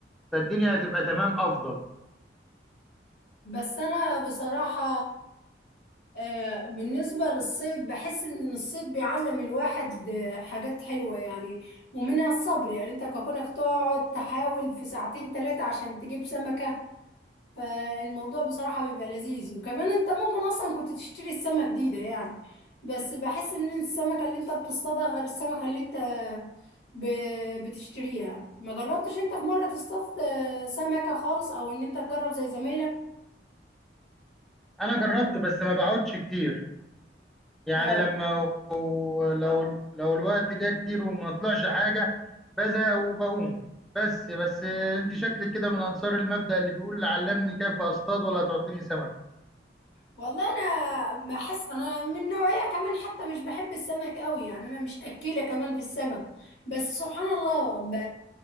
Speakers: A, in the centre; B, on the left.
A: فالدنيا هتبقى تمام افضل
B: بس انا بصراحة آه، بالنسبة للصيد بحس إن الصيد بيعلم الواحد آه، حاجات حلوة يعني ومنها الصبر يعني أنت ككونك تقعد تحاول في ساعتين تلاتة عشان تجيب سمكة فالموضوع بصراحة بيبقى لذيذ وكمان أنت ممكن أصلا كنت تشتري السمكة جديدة يعني بس بحس إن السمكة اللي أنت بتصطادها غير السمكة اللي أنت ب- بتشتريها ما جربتش أنت في مرة تصطاد آه، سمكة خالص أو إن أنت تجرب زي زمايلك؟
A: انا جربت بس ما بقعدش كتير يعني
B: اه
A: لما لو لو لو الوقت جه كتير وما طلعش حاجه بزهق وبقوم بس بس انت شكلك كده من انصار المبدأ اللي بيقول علمني كيف اصطاد ولا تعطيني سمك
B: والله انا بحس انا من نوعيه كمان حتى مش بحب السمك قوي يعني انا مش اكيله كمان في السمك بس سبحان الله ب...